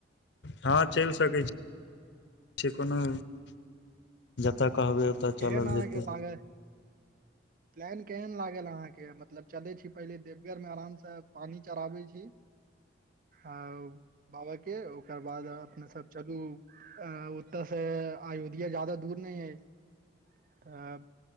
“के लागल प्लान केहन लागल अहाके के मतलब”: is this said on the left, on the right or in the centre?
Right